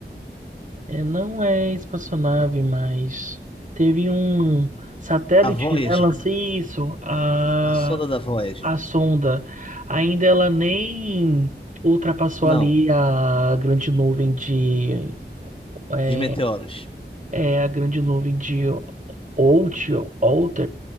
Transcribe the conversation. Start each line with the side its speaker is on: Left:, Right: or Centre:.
Right: é, não é espaçonave, mas teve um satélite,
Left: a Voyager,
Right: né, lança isso, a,
Left: a sonda da Voyager.
Right: a sonda, ainda ela nem ultrapassou
Left: Não,
Right: ali a grande nuvem de, é,
Left: de meteoros.
Right: é a grande nuvem de Oort, Oort,